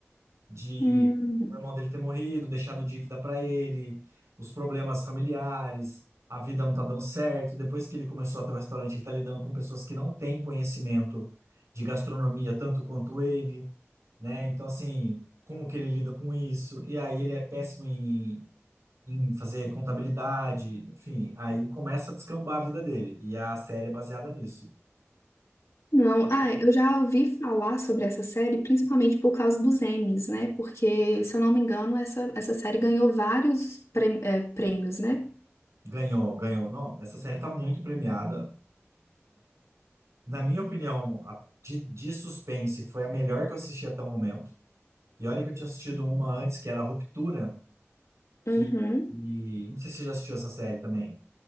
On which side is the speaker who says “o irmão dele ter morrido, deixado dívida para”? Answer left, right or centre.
Right